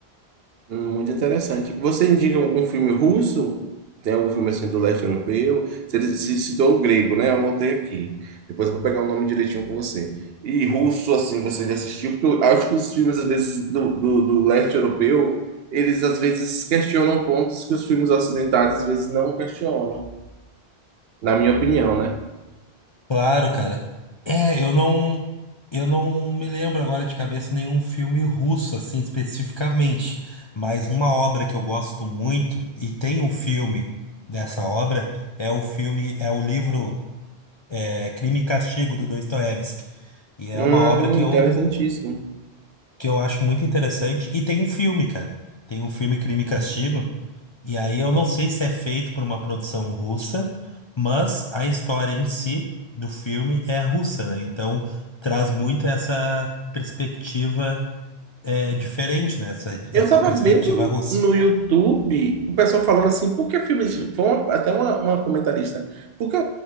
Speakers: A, on the right; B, on the left.
A: Hum, Muito interessante. Você indica algum filme russo? Tem algum filme assim do leste europeu? Você se citou o grego, né? Eu anotei aqui. Depois eu vou pegar o nome direitinho com você. E russo, assim, você já assistiu? Porque eu acho que os filmes, às vezes, do, do, do leste europeu, eles às vezes questionam pontos que os filmes ocidentais às vezes não questionam, na minha opinião, né?
B: Claro, cara. É, eu não, eu não me lembro agora de cabeça nenhum filme russo, assim, especificamente. Mas uma obra que eu gosto muito, e tem um filme dessa obra, é o filme, é o livro é, Crime e Castigo, do Dostoiévski. E é
A: Hum,
B: uma obra que eu,
A: interessantíssimo.
B: que eu acho muito interessante. E tem um filme, cara. Tem um filme Crime e Castigo. E aí eu não sei se é feito por uma produção russa, mas a história em si do filme é russa, né? Então traz muito essa perspectiva é, diferente, né? Essa, essa
A: Eu tava
B: perspectiva
A: vendo
B: russa.
A: no YouTube o pessoal falando assim, por que filmes. Foi uma- até uma, uma comentarista. Por que